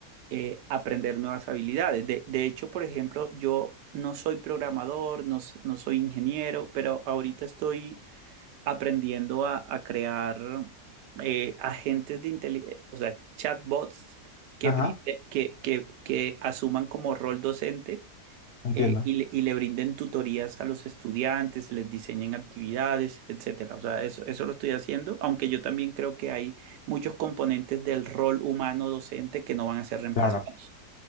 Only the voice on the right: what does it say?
eh, aprender nuevas habilidades. De, de hecho, por ejemplo, yo no soy programador, no, s- no soy ingeniero, pero ahorita estoy aprendiendo a, a crear eh, agentes de inteligencia, o sea, chatbots que,
brinde- que, que, que asuman como rol docente.
eh, y, le, y le brinden tutorías a los estudiantes, les diseñen actividades, etcétera. O sea, eso, eso lo estoy haciendo, aunque yo también creo que hay muchos componentes del rol humano docente que no van a ser reemplazados.